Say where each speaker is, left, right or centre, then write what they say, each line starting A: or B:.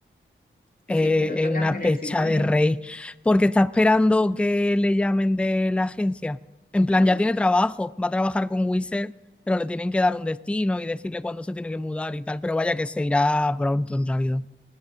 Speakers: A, on the left (about 45°); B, in the centre.
A: y
B: eh,
A: si es peloto,
B: es
A: ¿qué
B: una
A: hace en
B: pecha
A: el Shibuya?
B: de rey, porque está esperando que le llamen de la agencia. En plan,
A: Ah,
B: ya
A: vale.
B: tiene trabajo, va a trabajar con Wizard, pero le tienen que dar un destino y decirle cuándo se tiene que mudar y tal, pero vaya que se irá pronto en realidad.